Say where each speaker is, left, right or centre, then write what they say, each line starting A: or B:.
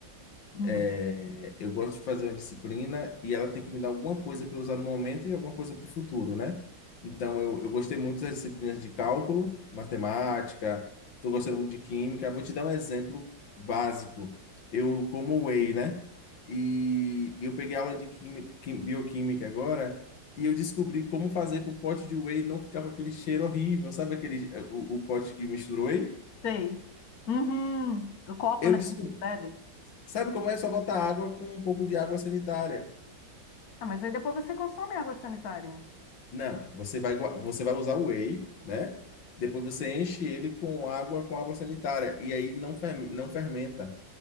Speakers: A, on the left; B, on the left.
A: Uhum.
B: É, eu gosto de fazer uma disciplina e ela tem que me dar alguma coisa para eu usar no momento e alguma coisa para o futuro, né? Então, eu, eu gostei muito das disciplinas de cálculo, matemática, estou gostando muito de química. Vou te dar um exemplo básico. Eu como whey, né? E eu peguei aula de química, quim- bioquímica agora e eu descobri como fazer para o pote de whey não ficar com aquele cheiro horrível. Sabe aquele, o, o pote que mistura whey?
A: Sei. Uhum. O copo,
B: Eu
A: né,
B: descobri.
A: que a gente bebe.
B: Sabe como é? É Só botar água com um pouco de água sanitária.
A: Ah, mas aí depois você consome água sanitária.
B: Não, você vai, gua- você vai usar o whey, né? Depois você enche ele com água, com água sanitária. E aí não, fer- não fermenta.